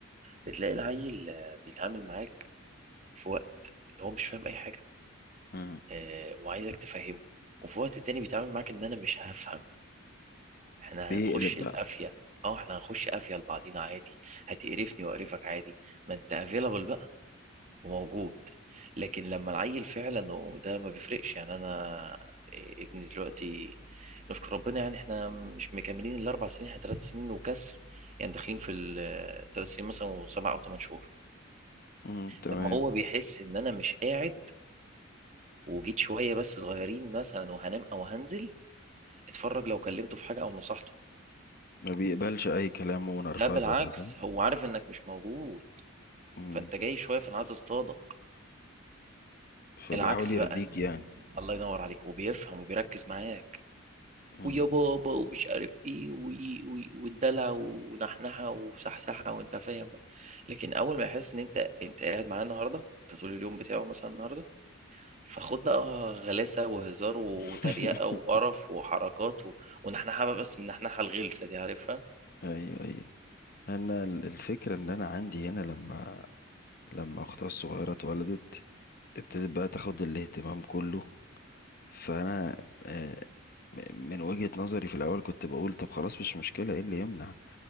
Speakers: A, on the right; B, on the left.
A: بتلاقي العيل آه، بيتعامل معاك في وقت إن هو مش فاهم أي حاجة
B: مم.
A: آه، وعايزك تفهمه وفي وقت تاني بيتعامل معاك إن أنا مش هفهم إحنا
B: بيقلب
A: هنخش
B: بقى
A: القافية اه احنا هنخش قافية لبعضينا عادي هتقرفني وأقرفك عادي ما انت افيلابل بقى وموجود لكن لما العيل فعلا وده ما بيفرقش يعني انا إيه، ابني دلوقتي نشكر ربنا يعني احنا مش مكملين الاربع سنين احنا ثلاث سنين وكسر يعني داخلين في الثلاث سنين مثلا وسبع او ثمان شهور
B: امم تمام
A: لما هو بيحس ان انا مش قاعد وجيت شويه بس صغيرين مثلا وهنام او هنزل اتفرج لو كلمته في حاجه او نصحته
B: ما بيقبلش اي كلام ونرفزه
A: لا بالعكس
B: بقى صح
A: هو عارف انك مش موجود
B: امم
A: فانت جاي شويه فانا عايز اصطادك
B: فبيحاول
A: العكس
B: يرضيك
A: بقى
B: يعني
A: الله ينور عليك وبيفهم وبيركز معاك
B: امم
A: ويا بابا ومش عارف ايه وي- وي- والدلع ونحنحه وصحصحه وانت فاهم بقى لكن اول ما يحس ان انت انت قاعد معاه النهارده انت طول اليوم بتاعه مثلا النهارده فخد بقى غلاسه وهزار وتريقه
B: <laughs>
A: وقرف وحركات و... ونحنحه بقى بس من النحنحه الغلسه دي عارفها
B: ايوه ايوه انا ال- الفكره ان انا عندي هنا لما لما اختها الصغيره اتولدت ابتدت بقى تاخد الاهتمام كله فانا آه، م- من وجهه نظري في الاول كنت بقول طب خلاص مش مشكله ايه اللي يمنع